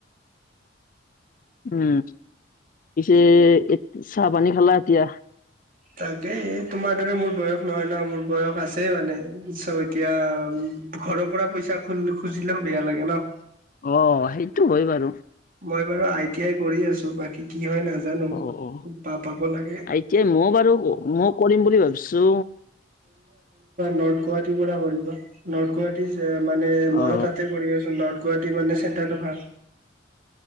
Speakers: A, on the left; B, on the right.
A: উম, পিছে এ চাহ পানী খালা এতিয়া?
B: তাকে তোমাৰ দৰে মোৰ বয়স নহয় নহ মোৰ বয়স আছে মানে পি এতিয়া ঘৰৰ পৰা পইচা খ খুজিলেও বেয়া লাগে ন।
A: অ' সেইটো হয় বাৰু।
B: মই বাৰু আই টি আই কৰি আছো বাকী কি হয় নাজ জানো,
A: অ অ
B: খুব বাহ পাব লাগে।
A: এতিয়া ময়ো বাৰু মই কৰিম বুলি ভাবিছো
B: নৰ্ গাহীৰ পৰা কৰিব নৰ্ গুৱাহী মানে মইো
A: অ
B: তাতে কৰি আছো। <unintelligible> মানে চেণ্টাৰটো ভাল।